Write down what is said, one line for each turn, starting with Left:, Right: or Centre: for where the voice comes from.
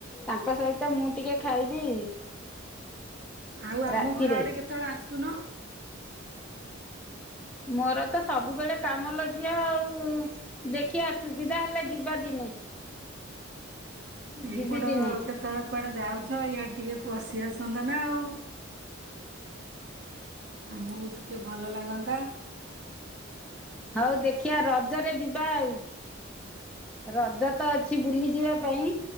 Centre: ତାଙ୍କ ସହିତ ମୁଁ ଟିକେ ଖାଇବି।
Right: ଆଉ
Centre: ରାତିରେ
Right: ଆମ ଘର ଆଡେ କେତେବେଳେ ଆସୁନ?
Centre: ମୋର ତ ସବୁବେଳେ କାମ ଲୋ ଝିଅ ଆଉ ଦେଖିବା ସୁବିଧା ହେଲେ ଯିବା ଦିନେ।
Right: ଏଇପଟ
Centre: ଯିବି ଦିନେ
Right: ଅ କେତେବେଳେ କୁଆଡେ ଯାଉଛ ଇଆଡ଼େ ଟିକେ ପଶି ଆସନ୍ତ ନା ଆଉ। ଆମୁକୁ ଟିକେ ଭଲ ଲାଗନ୍ତା।
Centre: ହଉ ଦେଖିବା ରଜରେ ଯିବା ଆଉ। ରଜ ତ ଅଛି ବୁଲି ଯିବା ପାଇଁ